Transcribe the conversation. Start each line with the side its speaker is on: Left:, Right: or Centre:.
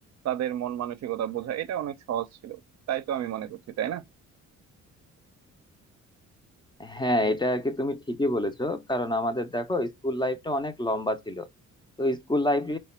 Right: তাদের মন মানসিকতা বোঝা এটা অনেক সহজ ছিল তাই তো আমি মনে করছি তাই না
Left: হ্যাঁ এটা আর কি তুমি ঠিকই বলেছো কারণ আমাদের দেখো স্কুল লাইফটা অনেক লম্বা ছিল তো স্কুল লাইফে